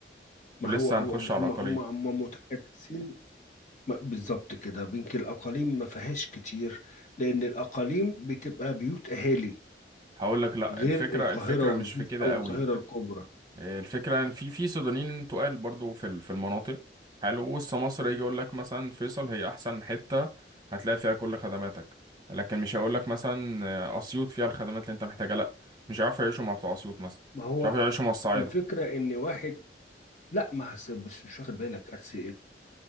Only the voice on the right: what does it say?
ولسه
هنخش
على
الأقاليم
هقول لك لا
الفكرة
الفكرة
مش في كده
قوي
آه، الفكرة ان في في سودانيين تقال برضو في ال- في المناطق حلو وسط مصر يجي يقول لك مثلا فيصل هي احسن حتة هتلاقي فيها كل خدماتك لكن مش هيقول لك مثلا آه، اسيوط فيها الخدمات اللي انت محتاجها لا مش هيعرفوا يعيشوا مع بتوع اسيوط مثلا
مش هيعرفوا يعيشوا مع الصعايدة